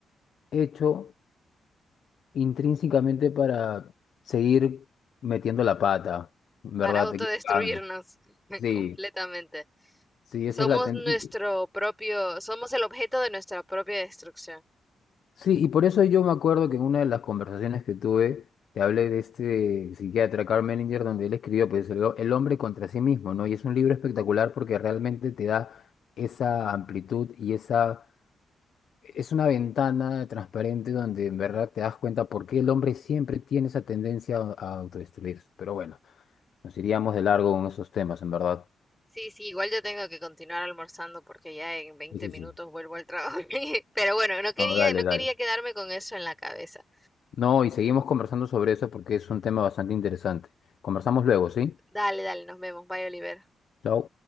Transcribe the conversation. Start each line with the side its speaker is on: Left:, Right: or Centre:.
Left: hecho intrínsecamente para seguir metiendo la pata, ¿verdad?
Centre: para autodestruirnos
Left: Equivocando.
Centre: <laughs>
Left: Sí,
Centre: completamente.
Left: sí,
Centre: Somos
Left: esa es la tendencia.
Centre: nuestro propio, somos el objeto de nuestra propia destrucción.
Left: Sí, y por eso yo me acuerdo que en una de las conversaciones que tuve, te hablé de este psiquiatra Carl Menninger, donde él escribió pues, el, el hombre contra sí mismo, ¿no? Y es un libro espectacular porque realmente te da esa amplitud y esa... Es una ventana transparente donde en verdad te das cuenta por qué el hombre siempre tiene esa tendencia a a autodestruirse. Pero bueno, nos iríamos de largo con esos temas, en verdad.
Centre: Sí, sí, igual yo tengo que continuar almorzando porque ya en veinte
Left: Sí, sí,
Centre: minutos
Left: sí.
Centre: vuelvo al trabajo. <laughs> Pero bueno, no quería,
Left: No, dale,
Centre: no quería
Left: dale.
Centre: quedarme con eso en la cabeza.
Left: No, y seguimos conversando sobre eso porque es un tema bastante interesante. Conversamos luego, ¿sí?
Centre: Dale, dale, nos vemos. Bye, Oliver.
Left: Chao.